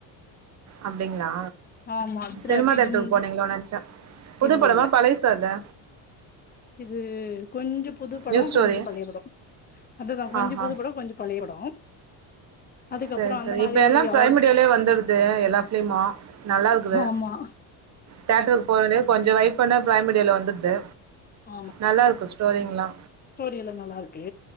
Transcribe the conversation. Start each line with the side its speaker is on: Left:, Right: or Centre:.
Right: அப்டிங்களா
Left: ஆமா திராவிடம்
Right: சினிமா தேட்டருக்கு போனீங்களோ நெனச்சா புது
Left: இல்ல
Right: படமா
Left: இல்ல
Right: பழைசாது
Left: இது கொஞ்சோ புது படோ
Right: நியூ ஸ்டோரி
Left: கொஞ்சம் பழைய படோ அதுதா கொஞ்சோ
Right: ஆஹா
Left: புது படோ கொஞ்சோ பழைய படோ அதுக்கப்புறோ
Right: செர்
Left: அந்த
Right: செரி
Left: மாரி
Right: இப்ப எல்லா பிஃரைம்
Left: ஆர்
Right: மீடியோலயே வந்துடுது எல்லா பிலிமு நல்லா இருக்குது
Left: ஆமா
Right: தேட்டருக்கு போவேலே கொஞ்சோ வய்ர் பண்ண பிஃரைம் மீடியோல வந்துருது
Left: ஆமா
Right: நல்லா இருக்கு ஸ்டோரியெல்லா
Left: ஸ்டோரி எல்லா நல்லா இருக்கு